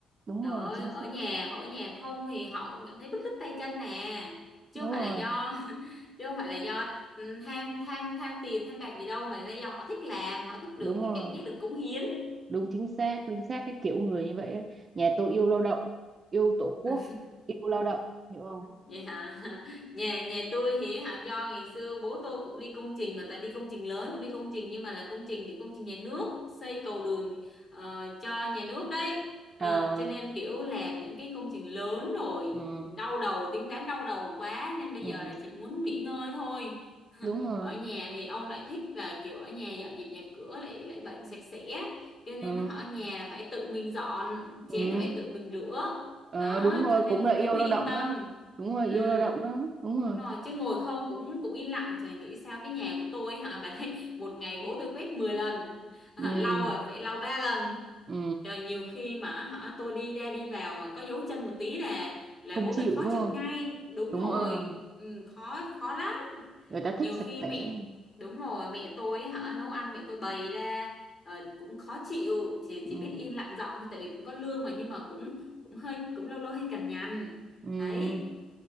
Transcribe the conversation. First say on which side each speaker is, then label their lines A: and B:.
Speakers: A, on the right; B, on the left.
A: đúng
B: trời
A: rồi
B: ơi
A: chính
B: ở
A: xác
B: nhà họ ở nhà không thì họ cũng cảm thấy bứt rứt tay chân nè chứ
A: đúng
B: không phải
A: rồi
B: là do <laughs> chứ không phải là do ừ, tham tham tham tiền tham bạc gì đâu mà là do họ thích làm họ thích
A: đúng
B: được
A: rồi
B: cái cảm giác được cống hiến
A: đúng chính xác chính xác cái kiểu người như vậy ấy. nhà tôi yêu lao động yêu tổ quốc
B: Ừ.
A: yêu lao động hiểu không
B: Vậy hả? <laughs> Nhà nhà tôi thì hả do ngày xưa bố tôi cũng đi công trình mà toàn đi công trình lớn, không đi công trình nhưng mà là công trình kiểu công trình nhà nước, xây cầu đường ờ, cho nhà nước đấy.
A: Ờ,
B: Ờ, cho nên kiểu làm những cái công trình lớn rồi
A: ừ,
B: đau đầu, tính toán đau đầu quá nên bây
A: ừ,
B: giờ là chỉ muốn nghỉ ngơi thôi
A: đúng rồi
B: ở nhà thì ông lại thích và kiểu ở nhà dọn dẹp nhà cửa lại lại bệnh sạch sẽ cho nên
A: Ờ,
B: họ ở nhà là phải tự mình dọn
A: ừ,
B: chén là phải tự mình rửa
A: ờ,
B: đó
A: đúng rồi
B: cho nên
A: cũng
B: thì
A: là yêu
B: thấy mới
A: lao
B: yên
A: động
B: tâm
A: đó đúng rồi
B: ừ
A: yêu lao động đó đúng
B: đúng
A: rồi
B: rồi chứ ngồi không cũng cũng yên lặng trời nghĩ sao cái nhà của tôi hả bà thấy một ngày bố tôi quét 10 lần <laughs>
A: ừ,
B: lau rồi phải lau ba lần
A: ừ,
B: trời nhiều khi mà hả tôi đi ra đi vào mà có dấu chân một tí là là
A: không
B: bố
A: chịu
B: tôi khó
A: đúng
B: chịu
A: không
B: ngay đúng
A: đúng
B: rồi
A: rồi
B: ừ, khó khó lắm
A: người ta thích
B: nhiều
A: sạch
B: khi
A: sẽ
B: mẹ đúng rồi mẹ tôi ấy hả nấu ăn mẹ tôi bày ra ờ, cũng khó chịu chỉ chỉ
A: ừ.
B: biết yên lặng dọn thôi tại vì cũng có lương mà nhưng mà cũng cũng hơi cũng lâu lâu hơi cằn nhằn
A: Ừm,
B: đấy